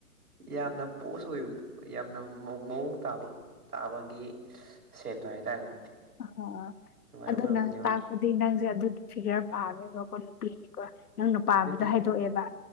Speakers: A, on the right; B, on the left.
A: ꯌꯥꯝꯅ ꯄꯣꯁ ꯑꯣꯏꯕꯗꯣ ꯌꯥꯝꯅ ꯃꯧ ꯃꯑꯣꯡ ꯇꯥꯕ ꯇꯥꯕꯒꯤ ꯁꯦꯠꯇꯣ ꯍꯥꯏꯇꯥꯔꯦ
B: ꯑ
A: ꯑꯗꯨꯃꯥꯏꯅ
B: ꯑꯗꯨꯅ
A: ꯑꯣꯏꯔꯝꯒꯅꯦꯕ
B: ꯇꯥꯛ ꯄꯗꯤ ꯅꯪꯁꯦ ꯑꯗꯨꯒꯤ ꯐꯤꯒꯔ ꯄꯥꯝꯃꯦꯕꯀꯣ ꯅꯨꯄꯤꯒꯤꯀꯣ ꯅꯪ ꯄꯥꯝꯕꯗꯣ
A: ꯅꯠꯇꯦ
B: ꯍꯥꯏꯗꯣꯛꯑꯦꯕ